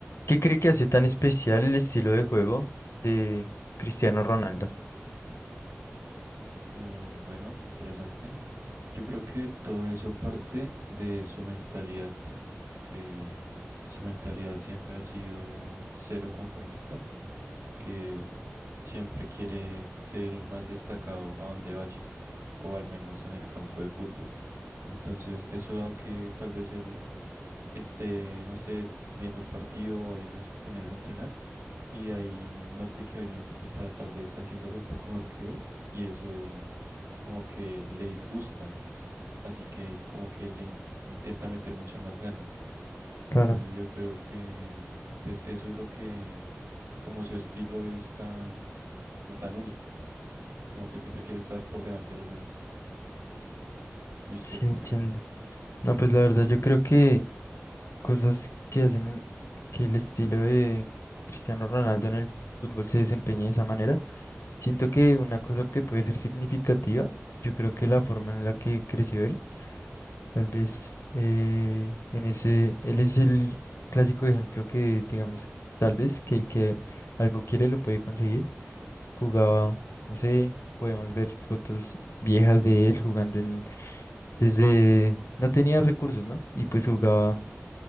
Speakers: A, on the left; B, on the right.
A: ¿Qué cree que hace tan especial el estilo de juego de Cristiano Ronaldo?
B: Eh, bueno, interesante. Yo creo que todo eso parte de su mentalidad, que su mentalidad siempre ha sido cero conformista, que él siempre quiere ser el más destacado a donde vaya, o al menos en el campo de fútbol. Entonces, eso da que tal vez él esté, no sé, viendo un partido o viendo a sus compañeros entrenar y de ahí noté que alguien estaba tal vez haciéndolo un poco mejor que él y eso como que le disgusta, así que como que le in- intenta meter muchas más ganas. Entonces
A: Claro.
B: yo creo que pues eso es lo que como su estilo es tan como tan único, como que él siempre quiere estar por delante de los demás. ¿Y usted
A: Sí,
B: qué
A: entiendo.
B: cree?
A: No, pues la verdad yo creo que cosas que hacen el- que el estilo de Cristiano Ronaldo en el fútbol se desempeñe de esa manera, siento que una cosa que puede ser significativa, yo creo que la forma en la que creció él, tal vez eh, en ese, él es el clásico ejemplo que digamos, tal vez que el que algo quiere lo puede conseguir. jugaba, no sé, podemos ver fotos viejas de él jugando en, desde, no tenía recursos, ¿no? Y pues jugaba